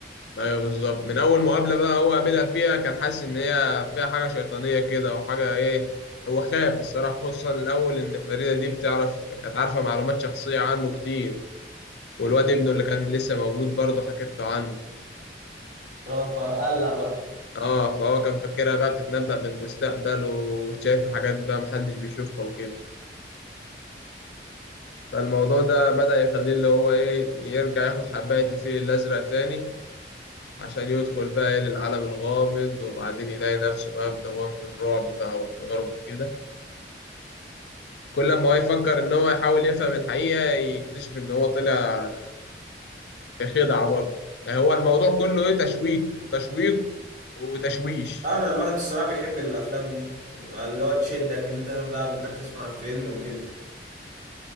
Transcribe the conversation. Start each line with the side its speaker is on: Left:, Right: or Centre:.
Left: ايوه بالظبط من اول مقابلة بقى هو قابلها فيها كان حاسس ان هي فيها حاجة شيطانية كده وحاجة ايه هو خاف الصراحة خصوصا الاول ان فريدة دي بتعرف كانت عارفة معلومات شخصية عنه كتير والواد ابنه اللي كان لسه مولود برضه حكيت له عنه
Right: اه فقلق بقى
Left: اه فهو كان فاكرها بقى بتتنبأ بالمستقبل وشايف حاجات بقى محدش بيشوفها وكده فالموضوع ده بدأ يخليه اللي هو إيه يرجع ياخد حباية الفيل الأزرق تاني عشان يدخل بقى إيه للعالم الغامض وبعدين يلاقي نفسه بقى في دوامة الرعب بقى والتجارب وكده كل ما هو يفكر إن هو يحاول يفهم الحقيقة يكتشف إن هو طلع في خدعة برضه يعني هو الموضوع كله إيه تشويق تشويق وتشويش
Right: آه،
Left: يعني
Right: انا الواحد الصراحه بيحب الافلام دي بيبقى اللي هو تشدك ان انت تفضل قاعد مركز مع الفيلم وكده